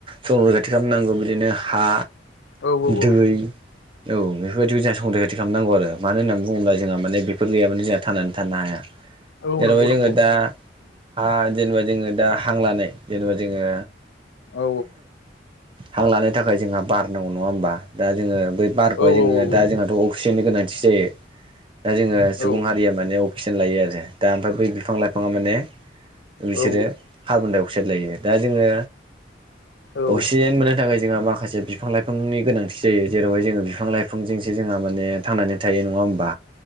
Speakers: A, on the right; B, on the left.
A: संरैखाथि खालामनांगौ बिदिनो हा,
B: औ
A: दै
B: औ
A: औ बेफोरबायदिखौ जोंहा संरैखाथि खालामनांगौ आरो मानो होननानै बुङोब्ला जोंहा माने बेफोर गैयाबानो जोंहा थानानै थानो हाया।
B: औ
A: जेरावहाय
B: नंगौ
A: जोङो
B: नंगौ
A: दा हा जेनेबा जोङो दा हां लानाय जेनेबा जोङो
B: औ
A: हां लानो थाखाय जोंहा बार नांगौ नङा होमबा दा जोङो बै बारखौहाय
B: औ
A: जोङो
B: औ औ
A: दा
B: नंगौ
A: जोंहाथ' अक्सिजेननि गोनांथि जायो। दा जोङो सुबुं
B: औ
A: हारिया माने अक्सिजेन लायो आरो। दा ओमफ्राय बै बिफां लाइफाङा माने बिसोरो
B: औ
A: कार्बन दडाइ अक्साइड लायो। दा जोङो
B: औ
A: अक्सिजेन मोननो थाखाय जोंहा माखासे बिफां लाइफांनि गोनांथि जायो जेरावहाय जोङो बिफां लाइफां बिफांजोंसो जोंहा माने थांनानै थायो नङा होमबा।